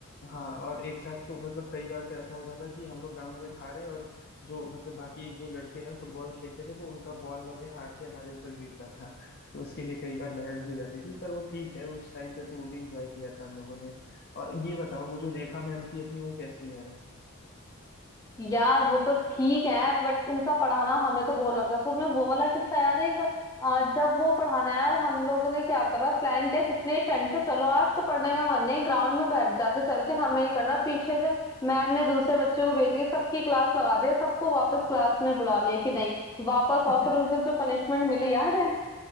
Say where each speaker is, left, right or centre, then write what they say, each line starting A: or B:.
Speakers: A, on the left (about 45°); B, on the left (about 15°).
A: हाँ और एक साथ तो मतलब कई बार तो ऐसा होता था कि हम लोग ग्राउंड में खा रहे हैं और जो मतलब बाकी जो लड़के हैं फुटबॉल खेलते थे तो उनका बॉल वगैरह आके हमारे ऊपर गिरता था तो उसके लिए कई बार बहस भी हो जाती थी पर वो ठीक है उस टाइम पे तो वो भी इंजॉय किया था हम लोगों ने और ये बताओ वो जो रेखा मैम थी अपनी वो कैसी है
B: यार वो तो ठीक है बट उनका पढ़ाना हमें तो बोर लगता है तो मैं वो वाला किस्सा याद है एक बार आ, जब वो पढ़ाना है यार हम लोगों ने क्या करा प्लान किया जितने ही फ्रेंड्स है चलो आज तो पढ़ने का मन नहीं है ग्राउंड में बैठ जाते चल के हमें नहीं करना पीछे से मैम ने दूसरे बच्चे को भेज के सबकी क्लास लगा दिया सबको वापस क्लास में बुला लिया कि नहीं वापस
A: <laughs>
B: और फिर उस दिन जो पनिशमेंट मिली याद है